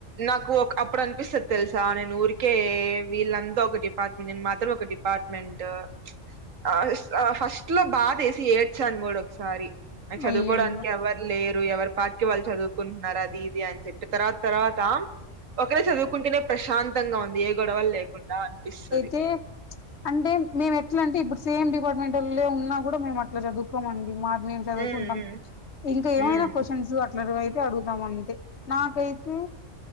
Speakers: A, on the right; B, on the left.
A: నాకు ఒక అప్పుడు అనిపిస్తుది తెలుసా నేను ఊరికే వీళ్ళంతా ఒక డిపార్ట్మెంట్ నేను మాత్రం ఒక డిపార్ట్మెంట్ ఆ ఆ ఫస్ట్ లో బాధేసి ఏడ్చను గూడా ఒకసారి ఆ చదువుకోవడానికి
B: అయ్యయ్యో
A: ఎవ్వరు లేరు ఎవరు పాటికివాళ్ళు చదువుకుంటున్నారు అది ఇది అని చెప్పి తర్వా తర్వాత ఒకరే చదువు కుంటేనే ప్రశాంతంగా ఉంది ఏ గొడవలు లేకుండా అనిపిస్తది
B: ఎంటి అంటే మేంఎట్లాంటే ఇప్పుడు సేమ్ డిపార్ట్మెంట్ లే ఉన్నా కూడా మేము అట్లా చదువుకోమండి మాది మేము చదువుకుంటాం
A: ఉమ్ ఉమ్
B: ఇంకా ఏమైనా
A: ఉమ్
B: క్వశ్చన్స్ అట్ చదువయితో అయితే అడుగుతాం అండి. నాకైతే